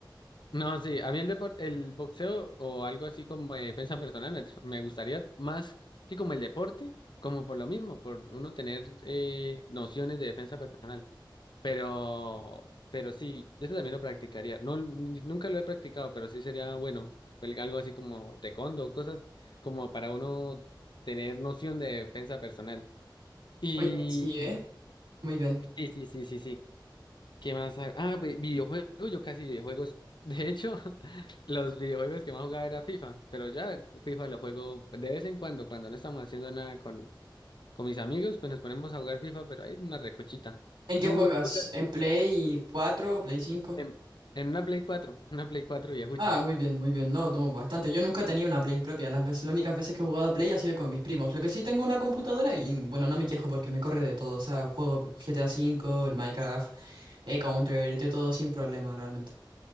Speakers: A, on the left; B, on the right.
A: No, sí, a mí el deporte, el boxeo o algo así como de defensa personal me, me gustaría más que como el deporte, como por lo mismo, por uno tener eh, nociones de defensa personal. Pero, pero sí, yo ese también lo practicaría. No, ni- nunca lo he practicado, pero sí sería bueno, el- algo así como taekwondo, cosas como para uno tener noción de defensa personal. Y
B: Oye, sí,
A: y-
B: ¿eh? Muy bien.
A: sí, sí, sí, sí, sí. ¿Qué más? ha- Ah, vi- videojuegos, yo casi videojuegos. De hecho, <laughs> los videojuegos que más jugaba era FIFA, pero ya FIFA lo juego de vez en cuando, cuando no estamos haciendo nada con, con mis amigos, pues nos ponemos a jugar FIFA, pero hay una recochita.
B: ¿En qué
A: Tú,
B: juegas?
A: tú juegas
B: ¿En Play cuatro Play cinco
A: en, en una Play 4 <laughs> una Play 4 viejucha.
B: Ah, muy bien, muy bien. No, no, bastante. Yo nunca he tenido una Play propia. Las veces, las únicas veces que he jugado a Play ha sido con mis primos. Lo que sí tengo una computadora y, bueno, no me quejo porque me corre de todo. O sea, juego GTA cinco el Minecraft, el Counter, de todo sin problema realmente.